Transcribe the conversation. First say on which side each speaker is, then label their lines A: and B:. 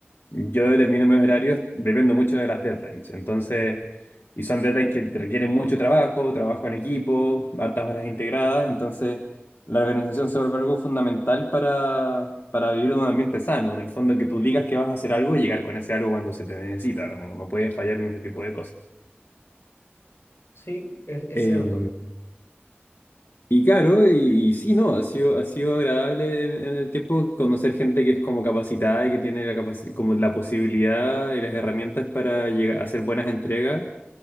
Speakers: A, on the left; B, on the left.
A: yo determino mis horarios, dependo mucho de las deadlines. Entonces, y son deadlines que te requieren mucho trabajo, trabajo en equipo, hartas horas integradas. Entonces, la organización se vuelve algo fundamental para, para vivir en un ambiente sano. En el fondo, que tú digas que vas a hacer algo y llegar con ese algo cuando se te necesita. No, no puedes fallar en ese tipo de cosas.
B: Sí, es, es
A: Eh,
B: cierto.
A: Y claro, y, y sí, no, ha sido, ha sido agradable en, en el tiempo conocer gente que es como capacitada y que tiene la capaci- como la posibilidad y las herramientas para llegar a hacer buenas entregas,